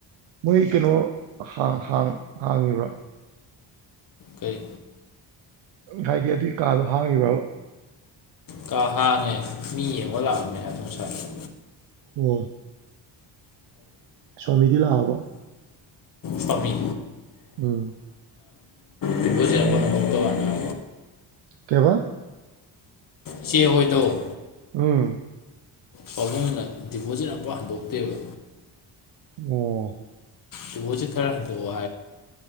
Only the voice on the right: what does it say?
ꯃꯣꯏ ꯀꯩꯅꯣꯥꯡ ꯍꯥꯡꯉꯤꯕ꯭ꯔꯣ
ꯍꯥꯏꯗꯤ ꯑꯗꯨꯒꯤ ꯀꯥꯗꯣ ꯍꯥꯡꯉꯤꯕ꯭ꯔꯕ
ꯑꯣ ꯁ꯭ꯋꯥꯃꯤꯗꯤ ꯂꯥꯛꯑꯕ꯭ꯔꯣ
ꯎꯝ
ꯀꯦꯕ
ꯎꯝ
ꯑꯣ